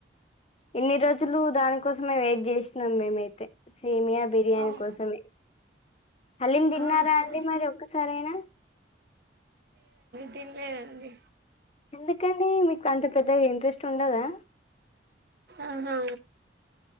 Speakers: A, on the left; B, on the right.
A: ఇన్ని రోజులు దానికోసమే వెయిట్ చేస్తున్నాం మీమైతే సేమియా బిర్యానీ
B: అవ్
A: కోసమే హాలిం తిన్నారా
B: ఆహా
A: అండి మరి ఒక్కసారైనా
B: తిన్లేదండి
A: ఎందుకండి మీకు అంత పెద్దగ ఇంట్రెస్ట్ ఉండదా
B: ఆహా